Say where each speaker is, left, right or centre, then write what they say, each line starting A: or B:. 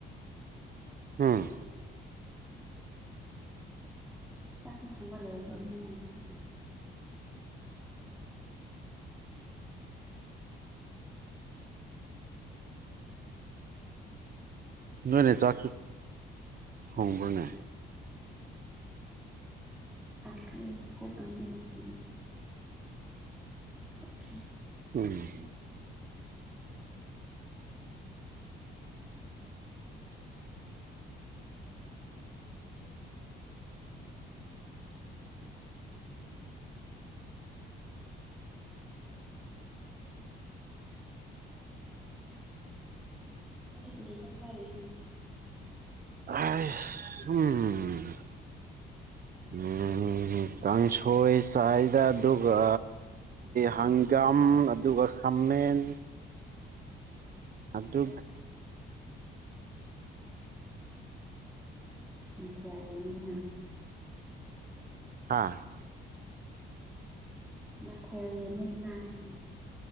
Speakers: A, on the right; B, in the centre.
A: ꯎꯝ
B: ꯆ ꯈꯨ ꯊꯣꯡꯕꯜ ꯂꯩꯔꯔꯕ ꯌꯦꯅꯁꯤꯗꯤ
A: ꯅꯣꯏꯅꯦ ꯆꯥꯛꯁꯨ ꯊꯣꯡꯕ꯭ꯔꯣꯅꯦ
B: ꯑ ꯈꯨꯨ ꯑꯪꯀꯤꯅꯦ ꯊꯃꯤ ꯎ
A: ꯎꯝ
B: ꯑ ꯃꯤꯖ ꯆꯔꯦꯁꯤ
A: ꯑ ꯎꯝ ꯎꯝ ꯀꯥꯡꯁꯣꯏ ꯆꯥꯏꯗ ꯑꯗꯨꯒ ꯍꯪꯒꯥꯝ ꯑꯗꯨꯒ ꯍꯃꯦꯟ ꯑꯗꯨ
B: ꯃꯊꯌꯥ ꯌꯥꯅꯤꯅ
A: ꯍꯥꯥ
B: ꯃꯊꯦꯜ ꯃꯤꯒꯅꯥ ꯍꯥꯏꯕꯅꯤ